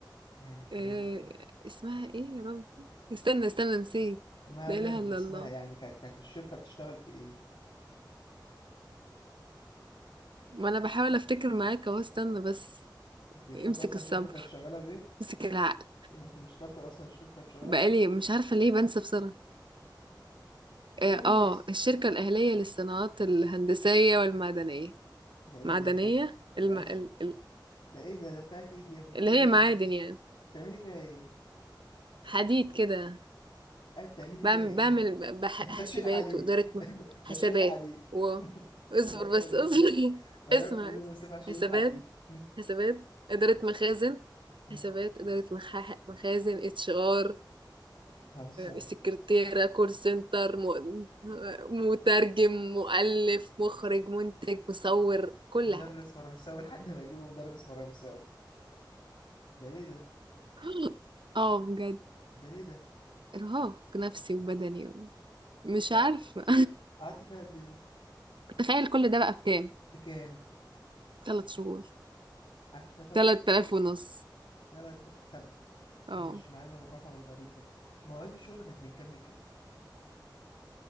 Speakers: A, on the left (about 80°); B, on the right (about 80°).
A: يعني بتعمل
B: إيه
A: ايه
B: اسمها ايه يا رب استنى استنى نسيت
A: ما
B: لا
A: علينا
B: إله
A: من
B: إلا
A: اسمها
B: الله
A: يعني كانت كانت الشركة بتشتغل في ايه
B: ما انا بحاول افتكر معاك اهو استنى بس
A: انت مش فاكرة
B: امسك
A: اصلا
B: الصبر
A: الشركة كانت شغالة بايه
B: امسك العقل
A: يعني انت مش فاكرة اصلا الشركة كانت شغالة
B: بقالي
A: في ايه
B: مش عارفة ليه بنسى بسرعة اه
A: المهم
B: آه،
A: انك س-
B: الشركة الأهلية للصناعات الهندسية والمعدنية
A: ده ايه
B: معدنية
A: ده ده ده
B: الم...
A: اسم
B: ال... ال...
A: ده ايه ده ده بتاعت ايه دي يا ابني
B: اللي
A: بتعمل
B: هي معادن
A: ايه دي
B: يعني
A: بتعملي فيها ايه
B: حديد كده
A: ايه بتعملي
B: بعمل
A: فيها ايه
B: بعمل
A: انت؟
B: بح...
A: <laughs>
B: حاسبات
A: بشيل حديد
B: وإدارة
A: <laughs>
B: م-
A: ب-
B: حسابات
A: بشيل الحديد
B: و
A: <laughs>
B: اصبر
A: بروح كل
B: بس
A: يوم
B: اصبر
A: الس-
B: <laughs>
A: بروح
B: اسمع
A: كل يوم الصبح اشيل
B: حسابات
A: الحديد <laughs>
B: حسابات إدارة مخازن
A: ها،
B: حسابات إدارة مخا- مخازن اتش ار
A: بتهزري
B: سكرتيرة كول سنتر م- مترجم مؤلف مخرج منتج مصور كل
A: مدرس
B: حاجة
A: فرنساوي لحد ما اجيبه مدرس فرنساوي ده ليه ده
B: <gasps> اه بجد
A: ده ليه ده
B: ارهاق نفسي وبدني مش
A: ك-
B: عارفة
A: قعدت فيها قد ايه
B: <laughs> تخيل كل ده بقى بكام
A: بكام
B: ثلاث شهور
A: قعدت فيها ثلاث
B: تلات
A: شهور
B: آلاف ونص
A: لا لا ب- طب
B: اه
A: ماشي معانا من الرقم الغريب ده مواعيد الشغل كانت من كام لكام